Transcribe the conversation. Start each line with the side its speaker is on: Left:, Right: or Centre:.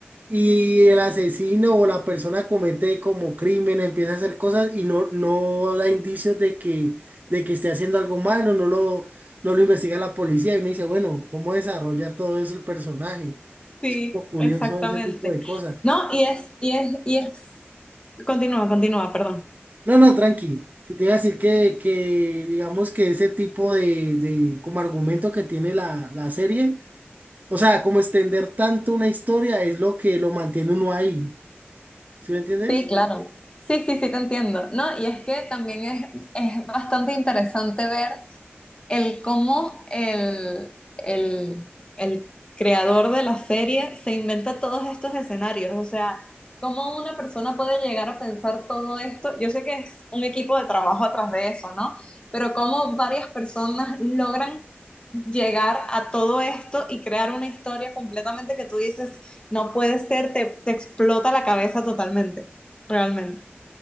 Right: y el asesino o la persona comete como crimen, empieza a hacer cosas y no, no da indicios de que, de que esté haciendo algo malo, no lo, no lo investiga la policía y uno dice, bueno, ¿cómo desarrolla todo eso el personaje?
Left: Sí,
Right: Es como curioso
Left: exactamente.
Right: ese tipo de cosas.
Left: No, y es, y es, y es, continúa, continúa, perdón.
Right: No, no, tranqui. Si te iba a decir que, que digamos que ese tipo de, de como argumento que tiene la, la serie, o sea, como extender tanto una historia es lo que lo mantiene uno ahí. ¿Sí me entiendes?
Left: Sí, claro. Sí, sí, sí, te entiendo. No, y es que también es, es bastante interesante ver el cómo el, el, el creador de la serie se inventa todos estos escenarios. O sea, cómo una persona puede llegar a pensar todo esto. Yo sé que es un equipo de trabajo atrás de eso, ¿no? Pero cómo varias personas logran llegar a todo esto y crear una historia completamente que tú dices, no puede ser, te, te explota la cabeza totalmente, realmente.